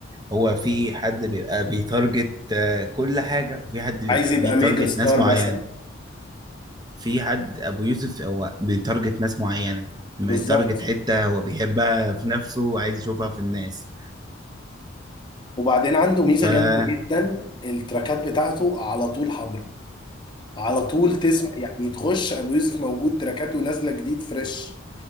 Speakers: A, on the right; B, on the left.
A: هو في حد بيبقى بيتارجت آه، كل حاجة وفي حد بيبقى
B: عايز يبقى
A: بيتارجت
B: ميجا ستار
A: ناس معينة
B: مثلا
A: في حد ابو يوسف هو بيتارجت ناس معينة بيتارجت
B: بالظبط
A: حتة هو بيحبها في نفسه وعايز يشوفها في الناس
B: وبعدين عنده ميزة
A: فبالظبط
B: جامدة جدا التراكات بتاعته على طول حاضرة على طول تسمع يعني تخش ابو يوسف موجود تراكاته نازلة جديد فريش